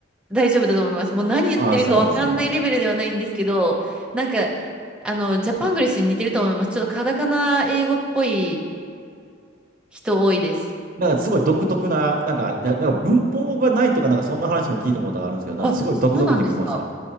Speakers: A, in the centre; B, on the right (about 45°).
A: 大丈夫だと思います。もう何言ってるかわかんないレベルではないんですけど、
B: ああ、そうなんですね。
A: なんか、あの、ジャパングリッシュに似てると思います。ちょっとカタカナ英語っぽい人多いです。
B: なんかすごい独特な、なんか、いやなんか文法がないとかなんかそんな話も聞いたことがあるんですけど、なんかすごい独特って聞きました。
A: あ、そうなんですか。